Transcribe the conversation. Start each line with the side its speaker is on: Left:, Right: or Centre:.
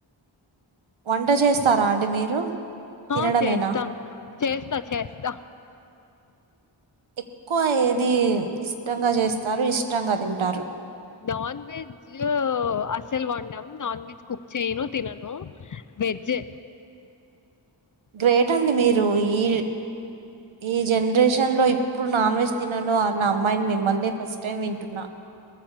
Right: వంట చేస్తార అండి మీరు తినడమేనా
Left: ఆ చేస్త చేస్త చేస్త
Right: ఎక్కువ ఏది ఇష్టంగ చేస్తారు ఇష్టంగ తింటారు
Left: నాన్ వెజ్ వెజ్ అస్సలు వండం నాన్ వెజ్ కుక్ చేయను తినను వెజే
Right: గ్రేట్ అండి మీరు ఇ ఈ జనరేషన్ లో ఇప్పుడు నాన్ వెజ్ తినను అన్న అమ్మాయిని మిమ్మల్ని ఫస్ట్ టైం వింటున్న